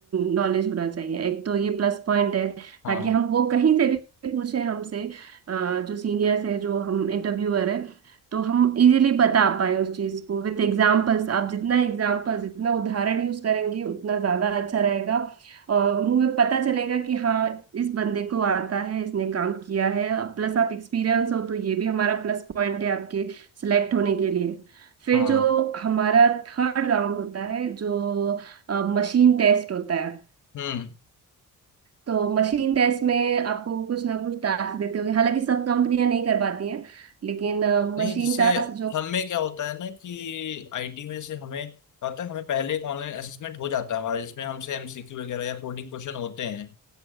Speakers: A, on the right (about 45°); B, on the left (about 60°).
A: नॉलेज होना चाहिए एक तो ये प्लस पॉइंट है
B: हाँ
A: ताकि हम वो कहीं से भी पूछे हमसे अ, जो सीनियर्स है जो हम इंटरव्यूअर है तो हम इजीली बता पाए उस चीज को विथ एग्जाम्पल्स आप जितना एग्जाम्पल्स जितना उदाहरण यूज करेंगे उतना ज्यादा अच्छा रहेगा और उन्हें पता चलेगा कि हाँ इस बंदे को आता है इसने काम किया है प्लस आप एक्सपीरियंस हो तो ये भी हमारा प्लस पॉइंट है आपके सिलेक्ट होने के लिए फिर
B: हाँ
A: जो हमारा थर्ड राउंड होता है जो मशीन टेस्ट होता है
B: हम्म
A: तो मशीन टेस्ट में आपको कुछ ना कुछ टास्क देते होंगे हालांकि सब कंपनियां नहीं कर पाती हैं लेकिन
B: नहीं
A: मशीन
B: जैसे
A: टास्क
B: हमें क्या होता है ना कि आईटी में से हमें क्या होता है हमें पहले एक ऑनलाइन असेसमेंट हो जाता है हमारा जिसमें हमसे एमसीक्यू वगैरह या कोडिंग क्वेश्चन होते हैं